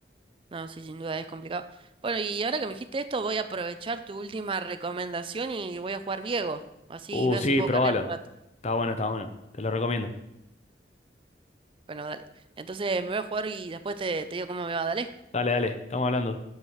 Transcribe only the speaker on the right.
No, sí, sin duda es complicado. Bueno, y ahora que me dijiste esto, voy a aprovechar tu última recomendación y voy a jugar Viego. Así
veo
si puedo
cargar un rato.
Bueno, dale. Entonces me voy a jugar y después te, te digo cómo me va, dale.